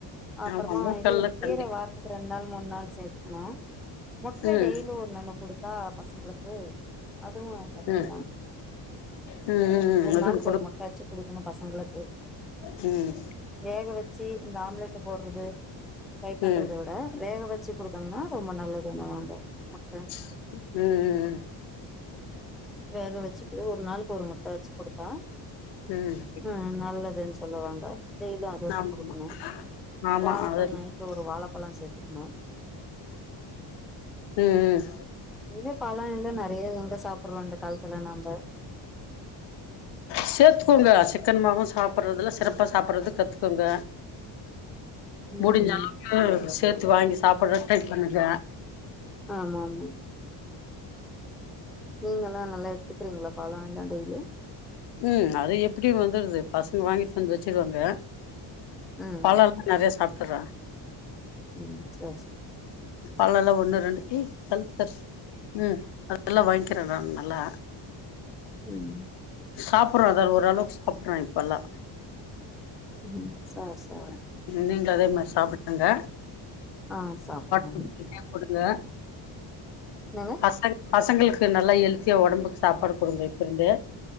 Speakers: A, in the centre; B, on the left.
A: அப்றமா
B: ஆமா மூக்கல்ல
A: இது கீரை
B: கண்டி
A: வாரத் துல ரெண்டு நாள் மூணு நாள் சேத்துக்கணு முட்டை
B: ம்
A: டெய்லி ஒன்னு ஒன்னு குடுத்தா பசங்களுக்கு அதுவு சக்தி
B: ம்
A: தா
B: ம் ம் ம்
A: ஒரு
B: அது
A: நாளுக்கு
B: கொடு
A: ஒரு முட்ட வச்சி குடுக்கணு பசங்களுக்கு
B: ம்
A: வேக வச்சி இந்த ஆம்லேட்ட போட்றது ஃப்ரை பண்றது
B: ம்
A: அதா வேக வச்சி குடுத்தாங்கன்னா ரொம்ப நல்லதுன்னு வாங்க முட்ட
B: ம் ம் ம்
A: வேக வச்சிட்டு ஒரு நாளுக்கு ஒரு முட்ட வச்சி குடுத்தா
B: ம்
A: ம் நல்லது சொல்லுவாங்க டெய்லியு அது ஒன்னு
B: ஆமா
A: குடுக்கணு
B: ஆமா
A: வாழைப்பழம்
B: அது ம்
A: நைட் ஒரு வாழைப்பழ சேர்த்துக்கணு
B: ம் ம்
A: எங்க பழம் எல்லா நெறையா எங்க சாப்ட்றோ இந்த காலத்துல நம்ப
B: சேத்துக்கோங்க சிக்கன் மாவு சாப்ட்றதுல சிறப்பா சாப்ட்றது கத்துக்கோங்க
A: ம்
B: முடிஞ்ச அளவுக்கு சேத்து வாங்கி சாப்ட்றக்கு ட்ரை பண்ணுங்க
A: ஆமா ஆமா நீங்கல்லா நல்லா எடுத்துக்கிறீங்களா பழ எல்லா டெய்லி
B: ம் அது எப்டி வந்துர்து பசங்க வாங்கிட்டு வந்து வச்சிருவாங்க
A: ம்
B: பழல்லா நெறையா சாப்ட்டுர்றே
A: ம் சேர் சேர்
B: பழல்லா ஒண்ணு ரெண்டு ஏ தள்ளு தள்ளு ம் அதெல்லா வாங்கிக்கிறே நானு நல்லா
A: ம்
B: சாப்ட்றோ அத ஓரளவுக்கு சாப்ட்றோ இப்பல்லா
A: ம் சாப்டு சாப்டு
B: நீங்க அதே மாரி சாப்பிடுங்க
A: ஆ சாப்புடுவோங்க
B: கேப் வுடுங்க
A: என்னங்க
B: பசங்க பசங்களுக்கு நல்லா ஹெல்த்தியா உடம்புக்கு சாப்பாடு கொடுங்க இப்ப இருந்தே